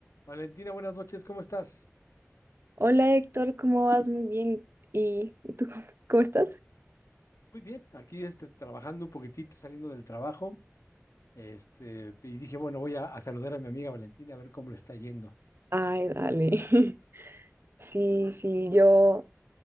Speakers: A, on the left (about 85°); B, on the right (about 50°).
A: Valentina, buenas noches, ¿cómo estás?
B: Hola Héctor, ¿cómo vas? Muy bien. ¿Y, y tú cómo, cómo estás?
A: Muy bien, aquí este, trabajando un poquitito, saliendo del trabajo, este, y dije, bueno, voy a, a saludar a mi amiga Valentina a ver cómo le está yendo.
B: Ay, dale. <laughs> Sí, sí, yo